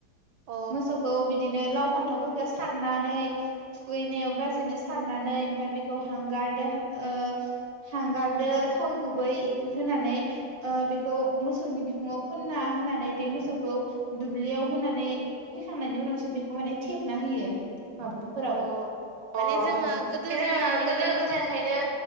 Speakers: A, on the right; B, on the right.
A: अ
B: मोसौखौ बिदिनो लाव फान्थावफोरखौ सारनानै थुखैनायाव बाजैनो सारनानै ओमफ्राय बेखौ हांगारदो ओ हांगारदो थाव गुबै होनानै ओ बेखौ मोसौनि बिखुङाव फोनना होनानै बे मोसौखौ दुब्लियाव होनानै फैखांनायनि उनावसो बेखौ माने थेबना होयो माबाफोराव
A: अ माने
B: अ जोङो
A: गोदो गोदायनिफ्रायनो
B: गोदो गोदायनिफ्रायनो